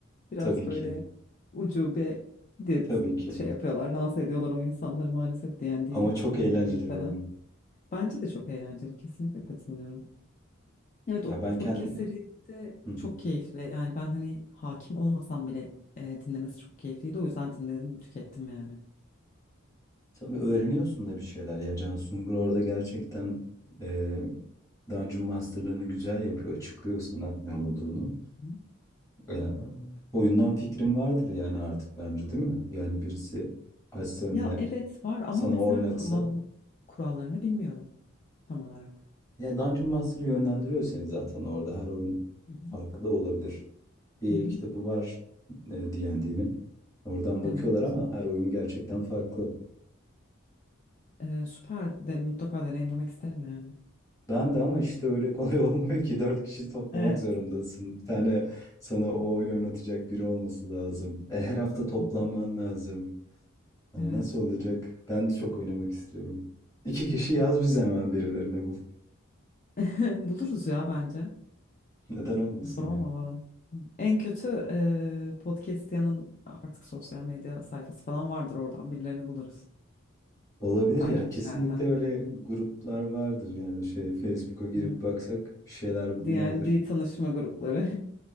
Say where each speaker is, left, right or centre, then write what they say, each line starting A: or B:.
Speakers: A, on the left; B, on the left.
A: biraz
B: Tabii
A: böyle
B: ki.
A: ucube dit
B: Tabii ki.
A: şey yapıyorlar, lanse ediyorlar o insanları maalesef D&D
B: Ama çok
A: oynamayı
B: eğlenceli bir
A: seven.
B: oyun.
A: Bence de çok eğlenceli, kesinlikle katılıyorum. Evet o
B: Ya ben
A: podcast
B: kendim...
A: serisi de
B: Hı hı.
A: çok keyifli. Yani ben hani hakim olmasam bile e, dinlemesi çok keyifliydi. O yüzden dinledim, tükettim yani.
B: Tabii öğreniyorsun da bir şeyler ya. Can Sungur orada gerçekten eee Dungeon Master'larını güzel yapıyor. Açıklıyor sana ne olduğunu.
A: Hı hı.
B: Eee, oyundan fikrim vardır yani artık bence değil mi? Yani birisi açsa önüne
A: Ya evet var ama
B: sana
A: mesela
B: oynatsa
A: kural kurallarını bilmiyorum tam olarak.
B: Ya Dungeon Master'ı yönlendiriyor seni zaten orada. Her oyun
A: Hı hı.
B: farklı da olabilir. Bir
A: Hı hı.
B: el kitabı var e, D&D'nin. Oradan bakıyorlar
A: Evet.
B: ama her oyun gerçekten farklı.
A: E, süper de mutlaka deneyimlemek isterim yani.
B: Ben de ama işte öyle kolay <laughs> olmuyor ki. Dört kişi toplamak
A: Evet.
B: zorundasın. Bir tane sana o oyunu oynatacak biri olması lazım. E, her hafta toplanman
A: Hı.
B: lazım. Hani
A: Evet.
B: nasıl olacak? Ben de çok oynamak istiyorum. İki kişi yaz bize hemen birilerine bul.
A: <laughs> Buluruz ya bence.
B: <laughs> Neden olmasın
A: Zor olmamalı.
B: ya?
A: En kötü e, podcastiyanın artık sosyal medya sayfası falan vardır oradan birilerini buluruz.
B: Olabilir
A: Takipçilerden.
B: ya. Kesinlikle öyle gruplar vardır yani şey Facebook'a girip
A: Evet.
B: baksak bir şeyler bulunabilir.
A: D&D tanışma grupları.